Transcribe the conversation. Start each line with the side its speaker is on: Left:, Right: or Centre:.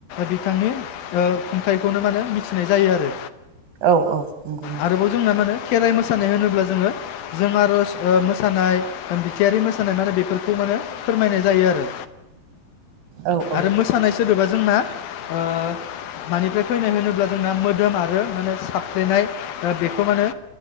Left: बिथांनि ओ खुंथायाइखौनो मा होनो मिथिनाय जायो आरो।
Right: औ औ नंगौ नोंथां।
Left: आरोबाव जोंना मा होनो खेराइ मोसानाय होनोब्ला जोङो जों आरज ओ मोसानाय बिथायारि मोस होनाय माने बेफोरखौ मा नो फोरमायनाय जायो आरो
Right: औ औ
Left: आरो मोसानाय सोदोबा जोंना ओ मानिफ्राय फैनाय होनोब्ला जोंना मोदोम आरो माने साफ्लेनाय बेखौ मा नो